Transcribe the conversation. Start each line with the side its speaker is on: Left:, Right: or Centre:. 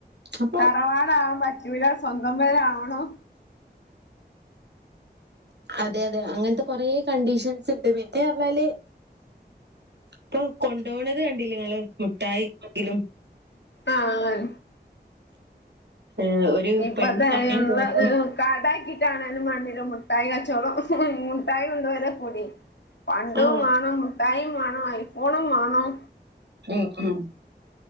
Right: അപ്പൊ
Left: തറവാടാവാൻ പറ്റുലാ സ്വന്തം പെരാവണം
Right: അതെ അതെ അങ്ങൻത്തെ കൊറേ കണ്ടീഷെൻസ് ഇണ്ട് മറ്റെയ് പർണാൽ ഇപ്പൊ കൊണ്ടോവ്ണെത് കണ്ടില്ലേ ഇങ്ങൾ മുട്ടായി പെട്ടിലും
Left: ആ ആ കൺ
Right: ഏഹ് ഒരു
Left: ഇപ്പത്തെ
Right: പെണ്ണ് കാണാൻ
Left: അയ് ഇള്ള
Right: പോകുമ്പോ
Left: എ് കടാക്കി ട്ടാണെലും മാണ്ടീലാ മുട്ടായി കച്ചോളം മുട്ടായി കൊണ്ട് വെരെ പുടി പണ്ടും
Right: ആഹ്
Left: മാണം മുട്ടായിം മാണം ഐഫോണും മാണം
Right: ഉം ഉം